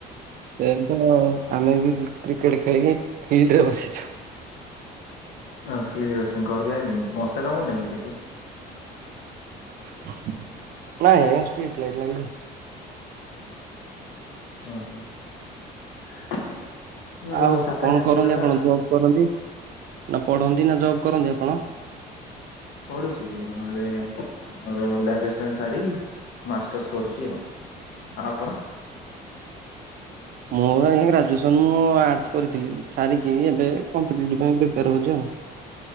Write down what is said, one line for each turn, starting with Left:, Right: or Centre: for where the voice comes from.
Right: ସେମିତି ଆଉ ଆମେ ବି କ୍ରିକେଟ ଖେଳିକି ଫିଲ୍ଡରେ ବସିଛୁ।
Left: ହଁ ଫିଡ୍ଲି ବସିଚ ଘରକୁ ଯାଇନ ମଶା କାମୁଢି ନାହିଁକି ସେଠି?
Right: ନାଇଁ ଆଜ୍ଞା ଷ୍ଟ୍ରିଟ ଲାଇଟ୍ ଲାଗିଚି।
Left: ଓହୋ ମୋର
Right: ଆଉ
Left: ସାତ
Right: କଣ
Left: ଦିନି
Right: କରନ୍ତି
Left: ହେଇଗଲା।
Right: ଆପଣ ଜବ୍ କରନ୍ତି ନା ପଢ଼ନ୍ତି ନା ଜବ୍ କରନ୍ତି ଆପଣ?
Left: ପଢ଼ୁଛି ମୁଁ ଏବେ ମୋର ଗ୍ରାଜୁଏସନ୍ ସାରିକି ମାଷ୍ଟର୍ସ କରୁଚି ଆଉ, ଆଉ ଆପଣ?
Right: ମୋର ଆଜ୍ଞା ଗ୍ରାଜୁଏସନ୍ ମୁଁ ଆର୍ଟସ କରିଥିଲି ସାରିକି ଏବେ କମ୍ପିଟେଟିଭ ପାଇଁ ପ୍ରିପେୟାର ହେଉଚି ଆଉ।